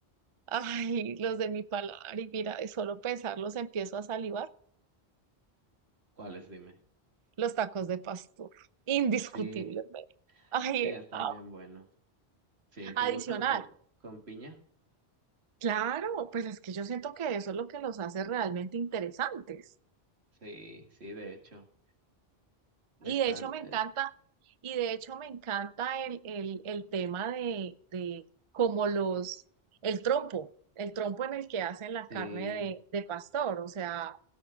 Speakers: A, on the right; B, on the right.
A: ay, los de mi paladar, y mira, de solo pensarlos empiezo a salivar,
B: ¿Cuáles? Dime.
A: los tacos de pastor, indiscutiblemente.
B: Sí,
A: Ay,
B: sí, están
A: a-
B: bien buenos. Sí, ¿te
A: adicional.
B: gustan con, con piña?
A: Claro, pues es que yo siento que eso es lo que los hace realmente interesantes.
B: Sí, sí, de hecho. Están,
A: Y de hecho me
B: eh,
A: encanta, y de hecho me encanta el, el, el tema de, de como los, el trompo, el trompo en el que hacen la carne
B: sí,
A: de, de pastor, o sea,